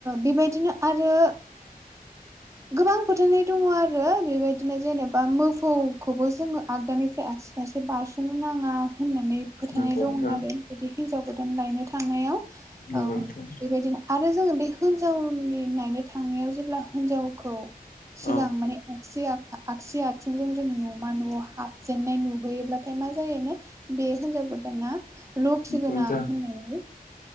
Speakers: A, on the right; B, on the left.
A: बेबायदिनो आरो गोबां बोथोरनि दङ आरो बेबायदिनो जेनेबा मफ थौखौबो जोङो आगदानिफ्राय आगसि फारसे बारस'नो नाङा होननानै फोथायनाय
B: नंगौ नोंथां
A: दं आरो बिदि हिनजाव गोदान लायनो थांनायाव
B: नंगौ
A: औ
B: नोंथां
A: बेबायदिनो आरो जोङो बे हिन्जावनि नायनो थांनायाव जेब्ला हिनजावखौ सिगां
B: औ
A: माने आगसि आगसिया आथिंजों जोंङ मा न'आव हाबजेननाय नुहैयो हाथाय मा जायो बे हिनजाव गोदाना लखि
B: नंगौ
A: गोनां
B: नोंथां
A: होननानै